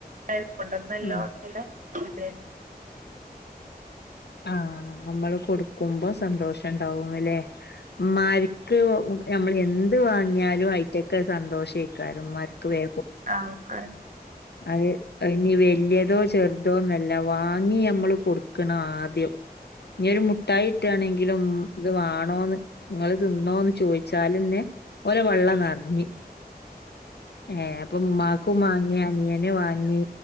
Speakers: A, on the right; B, on the left.
A: <unintelligible> കൊണ്ടുവന്നല്ലോ
B: ഉം
A: <unintelligible> അതെ
B: ആഹ നമ്മള് കൊടുക്കുമ്പോ സന്തോഷം ഉണ്ടാവുന്നുല്ലേ ഉമ്മാരി ക്ക് നമ്മൾ എന്ത് വാങ്ങി ന്ന്യലും ആയിറ്റക്കെ സന്തോഷയിക്കാണും ഉമ്മാർക്ക് വേ
A: ആ ആഅതെ
B: അതെ ഇനി വേ വല്യതോ ചെറുതോന്നല്ല വാങ്ങി നമ്മള് കൊടുക്കണം ആദ്യം ഇങ്ങൊരു മുട്ടായിട്ടാണെങ്കിലും ഉം ഇത് വേണോന്ന് നിങ്ങള് തിന്നോന്ന് ചോദിച്ചാലന്നെ ഓള വെള്ള നെറഞ്ഞ് ഏ അപ്പം ഉമ്മാക്കും മാങ്ങിയ ങ്ങനെ വാങ്ങി